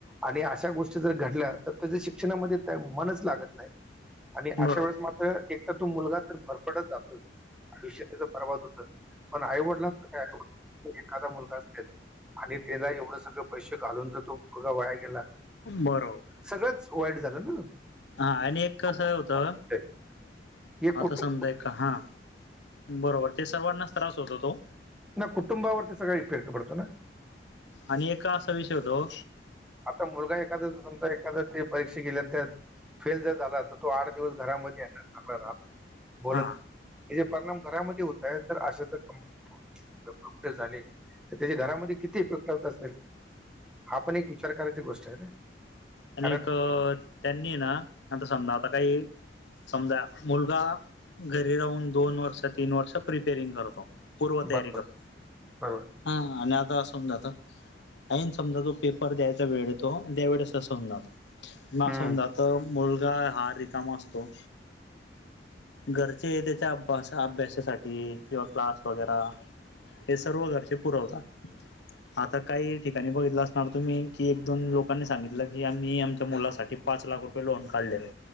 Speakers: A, in the centre; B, on the left.
A: आणि अशा गोष्टी जर घडल्या. त त्याच शिक्षणामध्ये मनच लागत नाही. आणि अशा
B: बरोबर
A: वेळेस मात्र. एक तर तो मुलगा तर भरपडत जातो. आयुष्य त्याचा बरबाद होत. पण आईवडलांच काय? आई-वडील एखादा मुलगा असेल. आणि त्याला एवढं सगळं पैसे घालून जर तो मुलगा वया गेला?
B: बरोबर.
A: सगळंच वाईट झालं ना.
B: हा आणि एक कस
A: म्हणजे
B: होतं.
A: एक
B: आता
A: कुटुंब
B: समजा का हा. बरोबर ते सर्वांनाच त्रास होतो तो.
A: ना कुटुंबावरती सगळे इफेक्ट पडताना. <inaudible>
B: आणि एक असा विषय होतो
A: आता मुलगा एखादा समजा, एखाद्या ते परीक्षा गेल्यान त्यात फेल जर झाला. तर तो आठ दिवस घरामध्ये आणणार चांगला राहत नाही. बोला
B: हा
A: की. त्याचे परिणाम घरामध्ये होताय. तर अशा जर कम <unintelligible> झाले. तर त्याच्या घरामध्ये किती इफेक्ट होत असेल. हा पण एक विचार करायची गोष्टय ना.
B: आणि
A: कारण
B: एक त्यांनीय ना. आता समजा आता काही समजा मुलगा घरी राहून दोन वर्ष तीन वर्ष प्रिपेरिंग करतो. पूर्व तयारी
A: बरोबर
B: करतो.
A: बरोबर.
B: हा आणि आता समजा आता ऐईन समजा तो पेपर द्यायचा वेळे येतो. त्यावेेळेस अस ऊन जात. म असं
A: हम्म.
B: होऊन जातं. मुलगा हा रिकामा असतो. घरचे त्याच्या अभ अभ्यासासाठी किंवा क्लास वगैरा हे सर्व घरचे पुरवतात. आता काही ठिकाणी बघितलं असणार तुम्ही की, एक दोन लोकांनी सांगित म्हलं की आम्ही आमच्या मुलासाठी पाच लाख रुपये लोन काढलेलय.